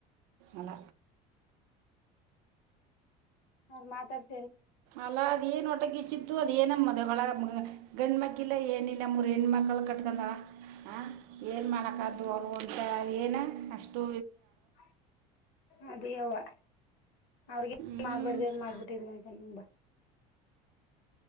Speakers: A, on the right; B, on the left.
A: ಅಲ್ಲ
B: ಅವ ಮಾತಾಡ್
A: ಅಲ್ಲಾ ಅದ ಏನ್ ಒಟಗಿಚ್ಚಿತ್ತು ಅದ ಏನ ಮದಗಳ ಗಂಡ್ಮಕ್ಕಿಲ್ಲ ಏನಿಲ್ಲ ಮೂರು ಹೆಣ್ಣ ಮಕ್ಕಳು ಕಟ್ಟ ಂದ ಹ ಏನ್ ಮಾಡಕ್ಕ ರಂ ಏನ ಅಷ್ಟೊ
B: ಹ <inaudible> ಅಡವಾ ಅವ್ರಿ
A: ಹ್ಞೂ
B: ಮಾಡ್ಬಾರ್ದನ್ ಮಾಡ್ಬಿಟ್ಟಿದ್ಂತೆಂತ ಹ ಬ <inaudible>